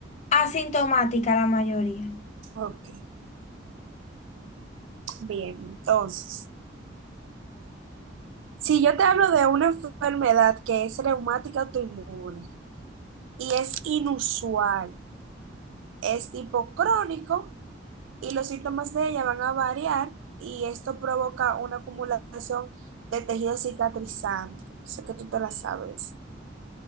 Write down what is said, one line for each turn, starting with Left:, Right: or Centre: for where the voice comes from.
Left: asintomáticas la mayoría.
Right: Ok. Bien, entonces, si yo te hablo de una enfermedad que es reumática autoinmune y es inusual, es tipo crónico y los síntomas de ella van a variar y esto provoca una acumulación de tejido cicatrizante. Sé que tú te la sabes.